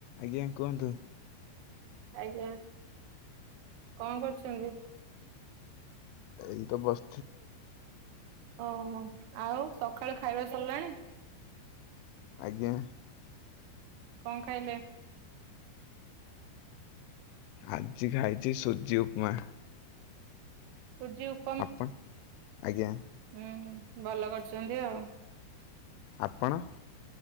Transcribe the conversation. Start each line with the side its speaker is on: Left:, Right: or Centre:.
Left: ଆଜ୍ଞା କୁହନ୍ତୁ।
Right: ଆଜ୍ଞା କଣ କରୁଚନ୍ତି।
Left: ଏଇ ତ ବସ
Right: ଓହୋ ଆଉ ସକାଳୁ ଖାଇବା ସରିଲାଣି।
Left: ଆଜ୍ଞା।
Right: କଣ ଖାଇଲେ।
Left: ଆଜି ଖାଇଚି ସୁଜି ଉପମା।
Right: ସୁଜି ଉପ
Left: ଆପନ ଆଜ୍ଞା।
Right: ଉଁ ହୁଁ ଭଲ କରିଚନ୍ତି ଆଉ।
Left: ଆପଣ।